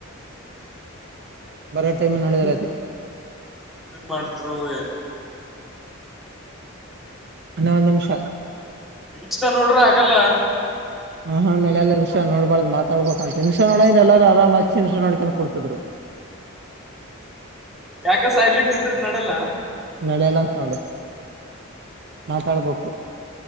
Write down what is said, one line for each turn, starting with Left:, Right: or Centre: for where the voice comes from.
Right: ಬರ ಟೈಮ್ ನೋಡಿದ
Centre: ನ್ನನ್ ಮಾಡ್ತ್ರು ಏನು
Right: ಅಣ್ಣ ಒಂದ ನಿಮಿಷ
Centre: ಇಷ್ಟ ನೋಡಿದ್ರೆ ಆಗಲ್ಲ
Right: ಹಾ ಹ ನಡಲ್ಲ ನಿಮಷ ನೋಡ್ಳ್ದ ಮಾತಾಡ್ಬೇಕ ಅಂತ ನಿಮಷ ನೋಡ್ರ ಎಲ್ಲರು ಆರ್ಚ್ಚಿ ನೋಡ್ಕೊಂಡು ಕುಡ್ತಿದ್
Centre: ಯಾಕೆ ಸೈಲೆಂಟ್ ಇದ್ರು ನೋಡಲ್ಲ
Right: ನಡೆಯಲ್ಲಂತ ನೋಡು ಮಾತಾಡ್ಬೇಕು